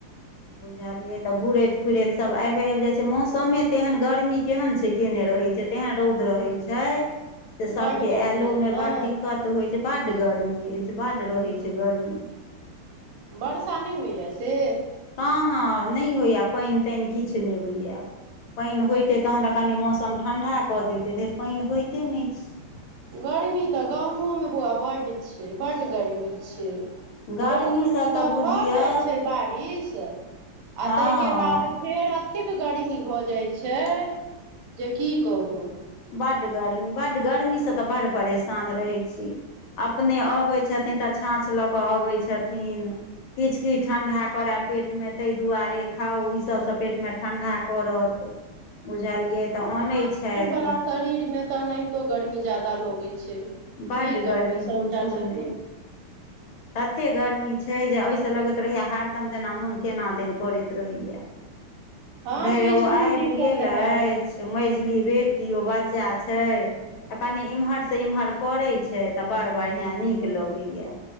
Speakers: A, on the left; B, on the right.
A: बुझलियै त घूरैत फिरैत सब आबे आइब जाय छैय मौसमे तेहन गर्मी केहन छैय केने रहै छैय। जे तेहन रौद रहय छैय जे सबके
B: बड्ड गर्मी
A: एलो
B: अइ ने
A: मे बड़ दिक्कत त होइ छैय। बड्ड गरमी अय बड्ड रहै छैय गर्मी।
B: बर्षा नै होइया से।
A: कहाँ नै होइए पाइन ताइन किछ नै होइए। पाइन होइतै तखन त कनि मौसम ठंडा कऽ दैतै धैर पाइन होइते नै छैय।
B: गर्मी त गाँवोमे बौआ बड्ड छैय बड गर्मी छैय।
A: गर्मीसँ
B: भोर खनिके
A: तऽ बुझियौ
B: भ जाइ छैय बारिश आ
A: हँ
B: तयके बाद फेर अतेक गर्मी भ जाइ छैय जे की कहू।
A: बड्ड गर्मी बड्ड गर्मी स त बड्ड परेशान रहै छी। अपने अबैय छथिन त छाँछ लऽ कऽ अबैय छथिन। किछ- किछ ठण्डा करे पेटमे तय दुआरे खाउ इ सभ स पेटमे ठंडा करत। बुझलियै त अनैय छथि।
B: फुला शरीरमे त एनहितो गर्मी ज्यादा लगै छैय।
A: बड्ड
B: की करबै
A: गर्मी
B: सभटा
A: पूछू
B: छथिन
A: नहि तते गर्मी छैय जे अय स लगैत रहैया हरदम जेना मोन केना दन करैत रहैया।
B: हँ
A: धैर
B: किछु
A: ओ आइब
B: दिन दिक्कत
A: गेल अछि
B: हैत
A: मझली बेटी ओ बच्चा छैय छैय त कनी इम्हर से इम्हर करै छैय त बड़ बढ़ियाँ नीक लगैये।